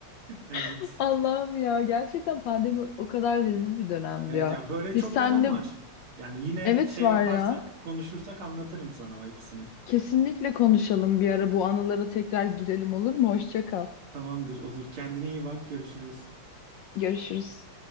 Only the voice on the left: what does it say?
<laughs> Allah'ım ya gerçekten pandemi o kadar rezil bir dönemdi
ya.
Biz
seninle
evet
var
ya.
Kesinlikle konuşalım bir ara bu anılara tekrar girelim olur mu? Hoşça kal.
Görüşürüz.